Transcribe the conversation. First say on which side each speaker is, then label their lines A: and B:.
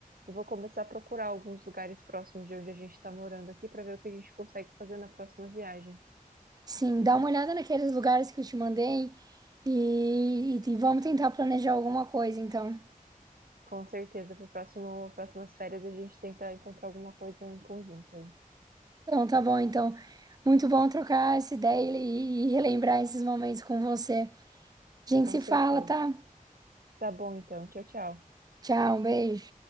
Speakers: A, on the right; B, on the right.
A: e vou começar a procurar alguns lugares próximos de onde a gente está morando aqui para ver o que a gente consegue fazer na próxima viagem.
B: Sim, dá uma olhada naqueles lugares que eu te mandei e, e, e vamos tentar planejar alguma coisa, então.
A: Com certeza, para próximo, próximas férias a gente tenta encontrar alguma coisa em conjunto aí.
B: Então, tá bom, então. Muito bom trocar essa ideia e, e relembrar esses momentos com você. A gente
A: Com
B: se
A: certeza.
B: fala, tá?
A: Tá bom então. Tchau, tchau.
B: Tchau, um beijo.